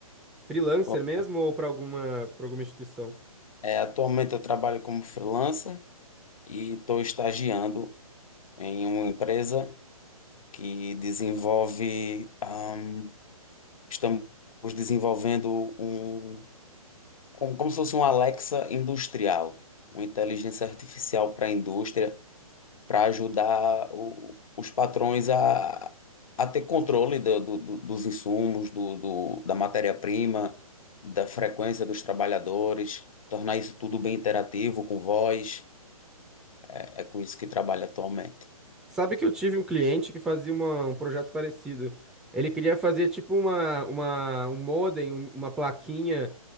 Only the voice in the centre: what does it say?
Freelancer
mesmo ou para alguma, para alguma instituição?
Sabe que eu tive um cliente que fazia uma- um projeto parecido. Ele queria fazer tipo uma, uma, um modem, um- uma plaquinha